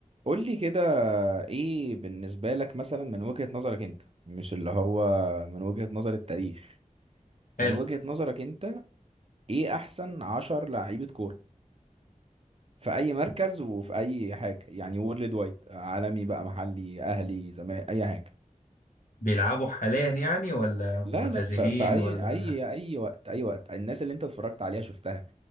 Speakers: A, on the right (about 45°); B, on the left (about 85°).
A: قول لي كده ايه بالنسبة لك مثلا من وجهة نظرك انت مش اللي هو من وجهة نظر التاريخ
B: حلو
A: من وجهة نظرك انت ايه احسن عشر لعيبة كورة في اي مركز وفي اي حاجة يعني وورلد وايد عالمي بقى محلي اهلي زمان اي حاجة
B: بيلعبوا حاليا يعني ولا معتزلين
A: لا لا ف- في اي
B: ولا
A: اي اي وقت اي وقت الناس اللي انت اتفرجت عليها شفتها